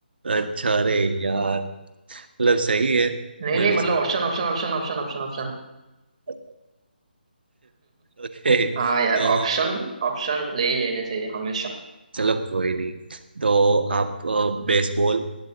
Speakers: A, on the right; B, on the right.
A: अच्छा अरे यार मतलब सही है
B: नहीं
A: मेरी
B: नहीं मतलब option option option option option option
A: <laughs> ओके
B: <laughs> हाँ यार
A: तो
B: ऑप्शन ऑप्शन ले ही लेने चाहिए हमेशा
A: चलो कोई नहीं तो आप अ, बेसबॉल